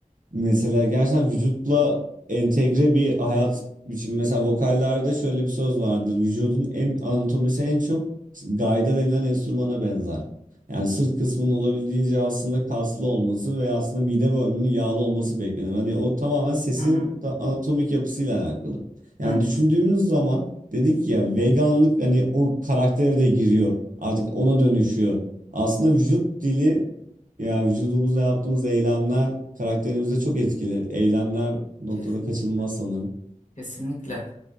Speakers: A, on the right (about 75°); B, on the left (about 65°).
A: Mesela gerçekten vücutla entegre bir hayat biçimi. Mesela vokallerde şöyle bir söz vardır. Vücudun en, anatomisi en çok gayda denilen enstrümana benzer. Yani sırt kısmının olabildiğince aslında kaslı olması veya aslında mide bölümünün yağlı olması beklenir. Hani o tamamen sesin
B: Hı hı.
A: da- anatomik yapısıyla alakalı. Yani
B: Hı hı.
A: düşündüğümüz zaman dedik ya veganlık hani o karaktere de giriyor. Artık ona dönüşüyor. Aslında vücut dili ya vücudumuzla yaptığımız eylemler karakterimize çok etkili. Eylemler bu
B: Kesinlikle.
A: noktada kaçınılmaz sanırım.
B: Kesinlikle.